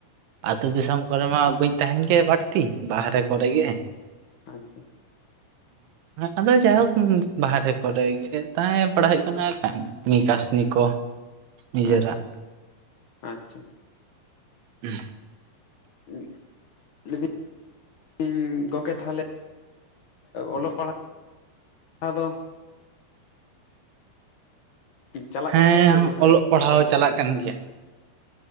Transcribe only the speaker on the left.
ᱟᱪᱪᱷᱟ,
ᱟᱪᱪᱷᱟ ᱟᱪᱪᱷᱟ,
<unintelligible> ᱤᱧ ᱜᱚᱢᱠᱮ ᱛᱟᱦᱚᱞᱮ ᱚᱞᱚᱜ ᱯᱟᱲᱦᱟᱜ ᱟᱫᱚ ᱪᱟᱞᱟᱜ
ᱠᱟᱱ ᱜᱮᱭᱟ ᱪᱮ ᱮᱻᱻ
ᱵᱷᱟᱹᱜᱤ